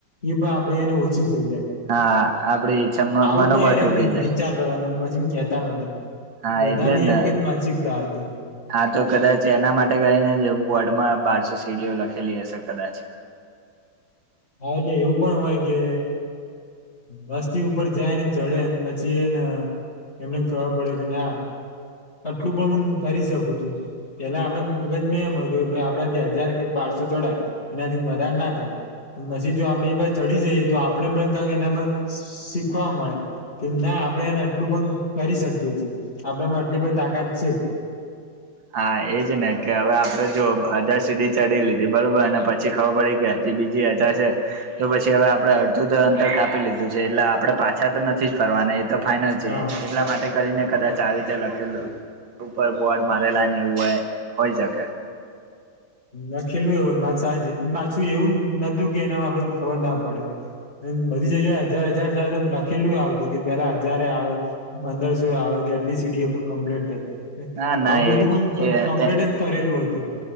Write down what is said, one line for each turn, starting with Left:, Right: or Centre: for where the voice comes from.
Left: એ પણ આપડી એને ઓછી થઈ જાય
Right: હા આપડી ઈચ્છા
Left: આવું
Right: મનોબળ
Left: પણ એરામ
Right: તૂટી જાય
Left: વિચાર હતા પછી કેતા નતા.
Right: હા
Left: બધાની
Right: એટલે જ ને.
Left: એક માનસિકતા હતી
Right: હા તો કદાચ એના માટે કરીને જે બોર્ડમાં બારસો સીડીઓ લખેલી હશે કદાચ.
Left: હા એટલે એવું પણ હોય કે વસ્તી ઉપર જાય ને ચઢે પછી એને એમને ખબર પડે કે ના આટલું પણ હું કરી શકું છું. પેલા આપડે મગજમાં એમ હોય આપડા જે હજાર કે બારસો ચડાય એનાથી વધારે ના થાય. પછી જો આપડે એ ચડી જઈએ તો આપડણે પણ કક એનામાં શીખવા મળે. કે ના આપડે એને આટલું પણ કરી શકીય છેએ આપડામાં આટલી પણ તાકાત છે.
Right: હા એજ ને કે હવે આપડે જો હજાર સીડી ચઢી લીધી બરોબર અને પછી ખબર પડી કે બીજી હજાર છે તો પછી હવે આપડે અડધું તો અંતર કાપી લીધું છે એટલે આપડે પાછા તો નથી ફરવાના એ તો ફાઈનલ છે
Left: હા.
Right: એટલા માટે કરીને કદાચ આવી રીતે લખેલું ઉપર બોર્ડ મારેલા ને એવું હો હોઈ શકે.
Left: લખેલુ હોય એ વાત સાચી પાછુ એવું નતું કે એનામાં આપડે ખબર ના પડે. એમ બધી જગ્યાએ હજાર-હજાર સાથે લખેલું આવતું કે પેલા હજારે આવે. પંદરશોય આવે કે આટલી સીડીઓ કમ્પ્લીટ થઇ.
Right: ના ના
Left: આવું
Right: એ
Left: બધું પણ કમ્પ્લીટ જ કરેલું હતું.